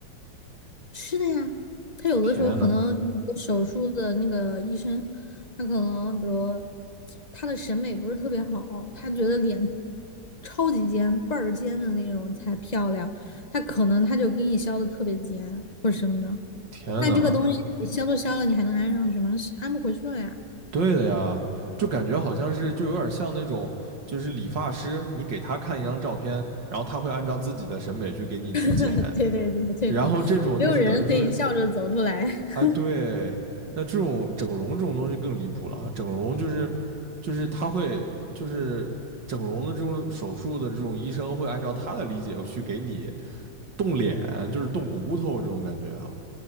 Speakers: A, on the left; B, on the right.
A: 是的呀，他有的时候可能那个手术的那个医生，
B: 天呐，
A: 他可能比如他的审美不是特别好，他觉得脸超级尖、倍儿尖的那种才漂亮，他可能他就给你削的特别尖或者什么的。
B: 天呐，
A: 那这个东西你削都削了，你还能安上去吗？安不回去了呀。
B: 对的呀，就感觉好像是就有点像那种就是理发师，你给他看一张照片，然后他会按照自己的审美去给你去剪，
A: <laughs> 对对对对对，
B: 然后这种就是等于说是
A: 没有人可以笑着走出来。<laughs>
B: 哎，对，那这种整容这种东西更离谱了啊整容就是就是他会就是整容的这种手术的这种医生会按照他的理解去给你动脸，就是动骨头这种感觉啊，